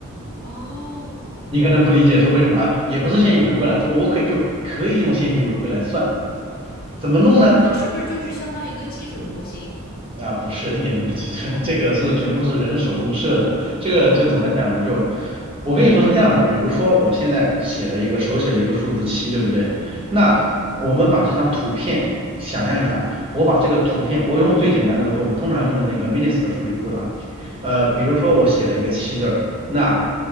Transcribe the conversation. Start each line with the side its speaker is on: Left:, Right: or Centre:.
Left: 哦，
Right: 你可能不理解是为什么啊，也不是线性回归了，这我可以就可以用线性回归来算，怎么弄呢？
Left: 它是不是就是相当于一个基准模型？
Right: 那不是，一点都不集中，
Left: 哦，
Right: 这个是全部是人手动设的。这个就怎么讲呢？
Left: 哇，
Right: 就我跟你说是这样的，比如说我现在写了一个手写了一个数字七，对不对？那我们把这张图片想象一下，
Left: 嗯
Right: 我把这个图片，我用最简单的吧，就我们通常用的那个 m i n i s 的数据库的啊，呃，
Left: 嗯，
Right: 比如说我写了一个七字儿，那